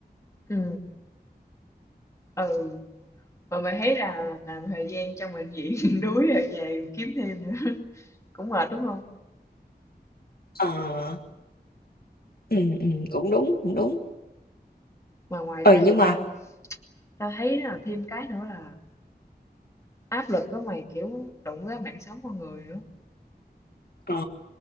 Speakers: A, on the left; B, on the left.
A: ừ ừ mà mày thấy là làm thời gian trong bệnh viện <laughs> đuối rồi về kiếm thêm nữa <laughs> cũng mệt đúng không
B: Ờ, ừ, ừ, cũng đúng, cũng đúng.
A: mà ngoài
B: Ừ,
A: ra
B: nhưng
A: thì
B: mà
A: tao tao thấy là thêm cái nữa là Áp lực đó mày, kiểu đụng tới mạng sống con người nữa.
B: ờ